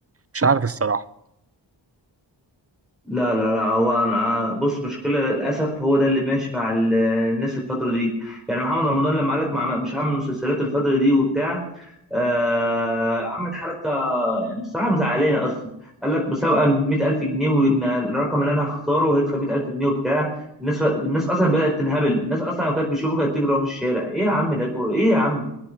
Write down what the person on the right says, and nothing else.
مش عارف الصراحه